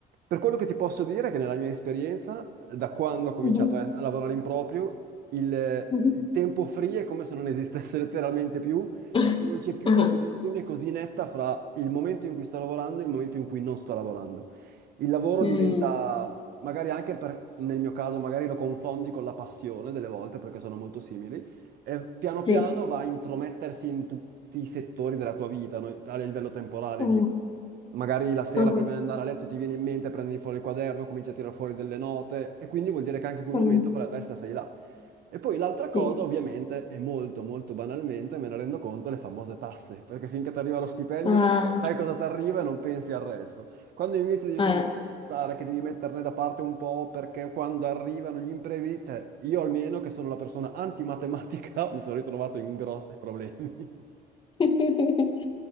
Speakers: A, on the right; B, on the left.
A: Per quello che ti posso dire è che nella mia esperienza, da quando ho cominciato
B: Mhm,
A: a, a lavorare in proprio, il,
B: mhm.
A: il tempo free è come se non esistesse <laughs> letteralmente più,
B: <laughs>
A: perché non c'è più
B: Ah,
A: una divisione così netta fra il momento in cui sto lavorando e il momento in cui non sto lavorando il lavoro
B: mm,
A: diventa, magari anche per, nel mio caso, magari lo confondi con la passione delle volte perché sono molto simili, e piano piano
B: sì.
A: va a intromettersi in tutti i settori della tua vita, no? A livello temporale,
B: Ừ.
A: dico. Magari la sera
B: Ừ.
A: prima di andare a letto ti viene in mente, prendi fuori il quaderno, cominci a tirare fuori delle note e quindi vuol dire che anche in quel
B: Ừ.
A: momento con la testa sei là. E poi l'altra cosa,
B: Sì.
A: ovviamente, è molto, molto banalmente, me ne rendo conto, le famose tasse, perché finché ti arriva lo stipendio,
B: Ah,
A: tu, ok, sai cosa ti arriva e non pensi al resto. Quando invece devi
B: eh.
A: cominciare a pensare che devi metterne da parte un po' perché quando arrivano gli imprevisti, cioè, io almeno che sono la persona antimatematica, <laughs> mi sono ritrovato in grossi problemi. <laughs>
B: <laughs>